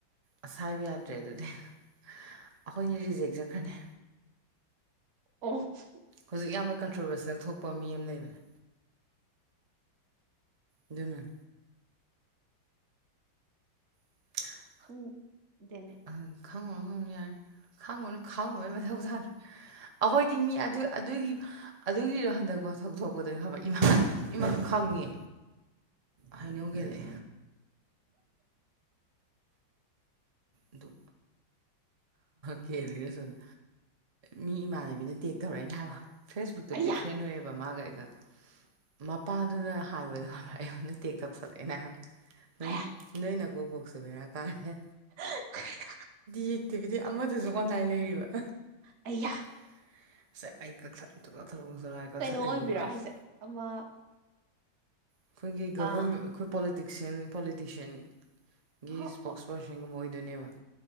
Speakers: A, on the right; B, on the right.
A: ꯑꯁ ꯍꯥꯏꯕ ꯌꯥꯗ꯭ꯔꯦ ꯑꯗꯨꯗꯤ ꯑꯩꯈꯣꯏꯅꯤ ꯔꯤꯖꯦꯛ ꯆꯠꯈ꯭ꯔꯅꯤ
B: ꯑꯣꯐ
A: ꯍꯧꯖꯤꯛ ꯌꯥꯝꯅ ꯀꯟꯇ꯭ꯔꯣꯚꯔꯁꯤꯦꯜ ꯊꯣꯛꯄ ꯃꯤ ꯑꯃ ꯂꯩꯕꯅꯦ ꯑꯗꯨꯅ <unintelligible>
B: ꯈꯪꯗꯦꯅꯦ
A: ꯈꯪꯉꯅ ꯈꯪꯉꯅꯤꯌꯥ ꯈꯥꯡꯉꯅ ꯈꯥꯡꯉꯩ ꯃ ꯊꯥ ꯑꯩꯈꯣꯏꯗꯤ ꯃꯤ ꯑꯗꯨ ꯑꯗꯨꯒꯤ ꯑꯗꯨꯒꯤꯗꯣ ꯍꯟꯗꯛ ꯋꯥꯊꯣꯛ ꯊꯣꯛꯄꯗ ꯈꯕꯃꯥ ꯏꯃꯥ ꯈꯪꯉꯦ ꯍꯥꯏꯩꯅꯧꯒꯂꯦ ꯑꯗꯨ ꯀꯦ ꯑꯗꯨꯒꯤꯔꯁꯨꯗ ꯃꯤ ꯏꯃꯥꯟꯅꯕꯤꯅ ꯇꯦꯛ ꯇꯧꯔꯛꯑꯦꯅ ꯍꯥꯏꯕ ꯐꯦꯁꯕꯨꯛꯇꯕꯨꯗꯤ
B: ꯑꯌꯥ
A: ꯐ꯭ꯔꯦꯟ ꯑꯣꯏꯌꯦꯕ ꯃꯥꯒ ꯑꯩꯒ ꯃꯄꯥꯟ ꯑꯗꯨꯅ ꯍꯥꯏꯕꯗꯨ ꯈ ꯑꯩꯉ ꯇꯦꯛ ꯇꯧꯁꯜꯂꯛꯑꯦꯅꯦ ꯅꯣꯏ
B: ꯑꯌꯥ
A: ꯅꯣꯏꯅ ꯀꯣ ꯄꯣꯛꯁꯨ ꯦꯔꯥ ꯀꯥꯔ ꯍꯦ
B: ꯍ
A: ꯌꯦꯛꯇꯦꯕꯤꯗꯤ ꯑꯃꯗꯨꯁꯨ ꯑꯣꯟꯂꯥꯏꯟ ꯂꯩꯔꯤꯕ
B: ꯑꯌꯥ
A: <unintelligible>
B: ꯀꯩꯅꯣ ꯑꯣꯏꯕꯤꯔꯣ
A: ꯑꯁ
B: ꯍꯥꯏꯁꯦ ꯑꯃ
A: ꯑꯩꯈꯣꯏꯒꯤ ꯒꯕꯔꯃꯦꯟ
B: ꯑꯥ
A: ꯑꯩꯈꯣꯏ ꯄꯣꯂꯤꯇꯤꯛꯁꯤꯟ ꯄꯣꯂꯤꯇꯤꯁꯤꯌꯥꯟꯒꯤ
B: ꯍꯣ
A: ꯏꯁꯄꯣꯛꯁ
B: ꯍꯣ
A: ꯀꯣꯁꯤꯡꯒꯨꯝꯕ ꯑꯣꯏꯗꯣꯏꯅꯦꯕ